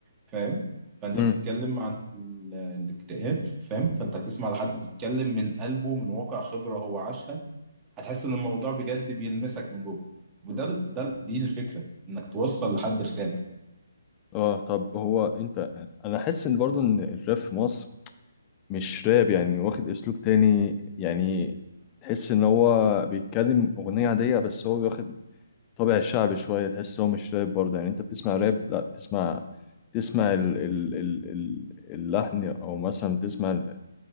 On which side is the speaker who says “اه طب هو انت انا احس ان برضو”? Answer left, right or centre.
Left